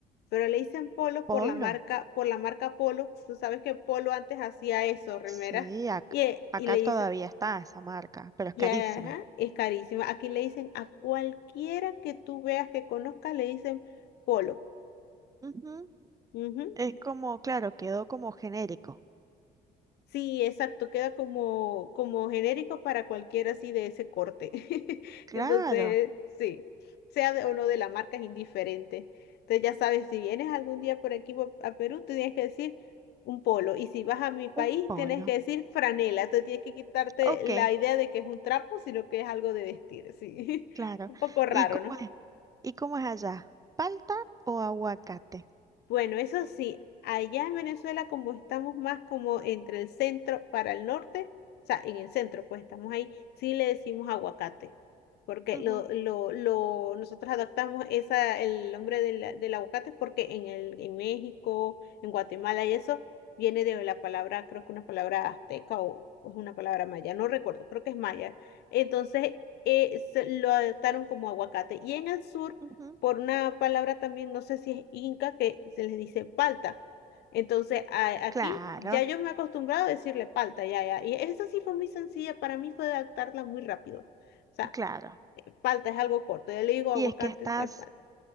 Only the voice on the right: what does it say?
polo.
Sí, ac-
acá,
todavía
está esa marca, pero es
carísima.
Ujú,
Es como, claro, quedó como genérico.
Claro,
un polo.
Ok,
claro.
¿Y cómo
es? ¿Y cómo es allá? ¿Palta o aguacate?
Ujú,
ujú,
Claro,
y claro.
Y es que estás